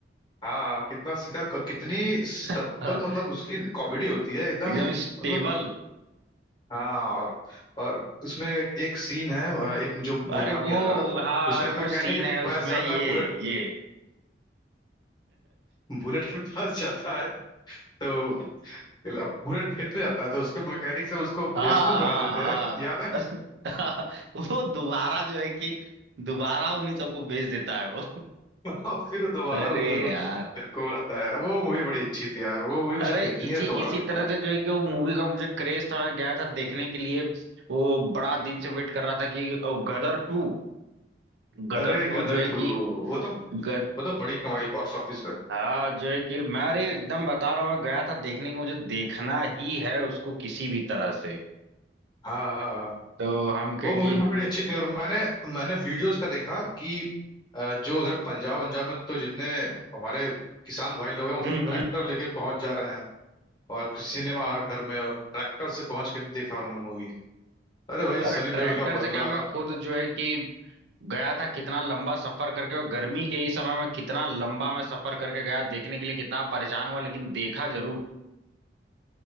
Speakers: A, on the left (about 25°); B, on the right (about 75°).
A: हाँ कितना सीधा कितनी सब्टल
B: में <laughs>
A: मतलब उसकी कॉमेडी होती है एकदम
B: एकदम
A: मतलब
B: स्टेबल
A: हाँ और और उसमें एक, एक सीन है अ, एक जो मुझे
B: अरे
A: नाम
B: वो
A: नहीं याद आ रहा
B: हाँ
A: उसमें
B: अरे वो
A: मैकेनिक
B: सीन
A: के
B: है उसमें
A: पास जाता
B: ये
A: है बुलेट
B: ये
A: बुलेट के पास जाता है तो अब बुलेट खरीदने जाता है तो उसके मैकेनिक से उसको
B: हाँ
A: बेवकूफ बना
B: हाँ
A: देते हैं <laughs> याद है
B: हाँ वो दोबारा जो है कि दोबारा उन्हीं सबको भेज देता है वो
A: और फिर दोबारा
B: अरे
A: उन लोगों
B: यार
A: को बेवकूफ बनाता है वो मूवी बड़ी अच्छी थी यार वो मूवी मुझे
B: अरे
A: देखनी
B: इसी
A: है दोबारा
B: इसी
A: देखूंगा
B: तरह
A: मैं
B: से जो है कि वो मूवी का मुझे क्रेज था मैं गया था देखने के लिए वो बड़ा दिन से वेट कर रहा था कि गदर टू गदर
A: अरे
B: टू
A: गदर
B: जो है
A: टू
B: कि
A: वो तो वो
B: गद
A: तो बड़ी कमाई बॉक्स ऑफिस पे
B: हाँ जो है कि मैं अरे एकदम बता रहा हूँ मैं गया था देखने की मुझे देखना ही है उसको किसी भी तरह से
A: हाँ हाँ हाँ।
B: तो हम कहे
A: वो मूवी
B: कि
A: बड़ी अच्छी थी और मैंने मैंने वीडियोस का देखा कि अ, जो उधर पंजाब पंजाब में तो जितने हमारे किसान भाई लोग हैं वो
B: हम्म
A: सब ट्रैक्टर
B: हम्म।
A: लेके पहुंच जा रहे हैं और किसी सिनेमा घर में और ट्रैक्टर से पहुंच के देखा उन्होंने मूवी अरे भाई
B: अरे
A: सनी
B: ट्रैक्टर
A: देओल का बल्ला
B: से क्या मैं खुद जो है कि गया था कितना लंबा सफर करके और गर्मी के ही समय में कितना लंबा मैं सफर करके गया देखने के लिए कितना परेशान हुआ लेकिन देखा जरूर